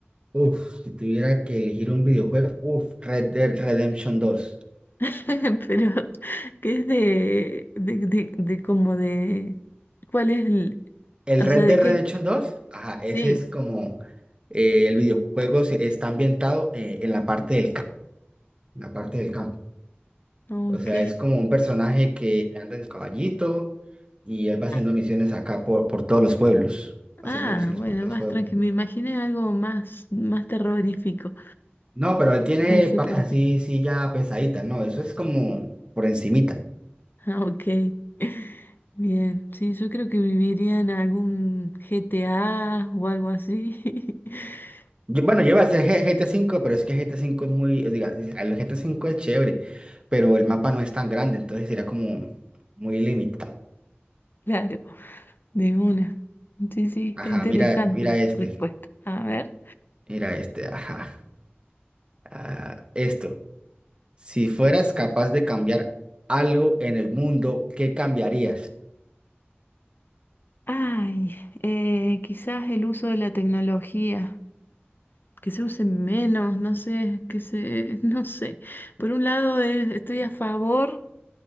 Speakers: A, on the right (about 25°); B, on the left (about 55°).
A: Uf, si tuviera que elegir un videojuego, uf, Red Dead Redemption dos.
B: <laughs> Pero, ¿qué es de, de, de, de como de, cuál es el,
A: El
B: o
A: Red
B: sea, de
A: Dead
B: qué?
A: Redemption dos, ajá, ese
B: Sí,
A: es como eh, el videojuego se- está ambientado eh, en la parte del campo, en la parte del campo.
B: ok.
A: O sea, es como un personaje que anda en su caballito y él va haciendo
B: Ah,
A: misiones acá por, por todos los pueblos, va
B: ah,
A: haciendo misiones
B: bueno,
A: por todos los
B: más
A: pueblos.
B: tranquilo. Me imaginé algo más, más terrorífico.
A: No, pero él tiene
B: No sé
A: partes
B: por
A: así,
B: qué. <laughs>
A: sí, ya pesaditas, no, eso es como por encimita.
B: Ah, ok. Bien. Sí, yo creo que viviría en algún GTA o algo así. <laughs>
A: Yo- bueno, yo iba a hacer G- GTA V, pero es que GTA V es muy, diga, el GTA V es chévere, pero el mapa no es tan grande, entonces sería como muy limitado.
B: Claro, de una. Sí, sí,
A: Ajá,
B: está interesante
A: mira, mira
B: la
A: este,
B: respuesta. A ver.
A: mira este, ajá. Ah, esto, si fueras capaz de cambiar algo en el mundo, ¿qué cambiarías?
B: Ay, eh, quizás el uso de la tecnología. Que se use menos, no sé, que se, <laughs> no sé. Por un lado, eh, estoy a favor.